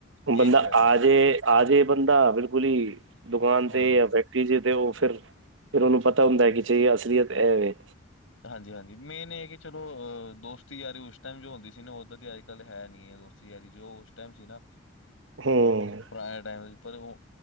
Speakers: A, on the right; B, on the left.
A: ਬੰਦਾ
B: ਇਹ ਤੇ ਹੈ
A: ਆ
B: ਭਾਜੀ
A: ਜੇ, ਆ ਜੇ ਬੰਦਾ ਬਿਲਕੁਲ ਹੀ ਦੁਕਾਨ
B: ਹਾਂਜੀ
A: ਤੇ, ਯਾ
B: ਹਾਂਜੀ
A: ਕੀ ਜੇ ਤੇ ਉਹ ਫਿਰ, ਫਿਰ ਉਹਨੂੰ ਪਤਾ ਹੁੰਦਾ ਕਿ ਚਹੀ ਅਸਲੀਅਤ ਇਹਵੇ।
B: ਹਾਂਜੀ- ਹਾਂਜੀ ਮੇਨ ਇਹ ਕਿ, ਚਲੋ, ਅ ਦੋਸਤ ਦੋਸਤੀ ਯਾਰੀ ਉਸ ਟਾਈਮ ਜੋ ਹੁੰਦੀ ਸੀ ਨਾ, ਉੱਦਾਂ ਦੀ ਅੱਜ ਕੱਲ ਹੈ ਨੀ ਹੈ ਦੋਸਤੀ ਯਾਰੀ ਜੋ ਉਸ ਟਾਈਮ ਸੀ ਨਾ
A: ਹਮ।
B: ਪੁਰਾਣੇ ਟਾਈਮ ਵਿੱਚ ਪਰ ਉਹ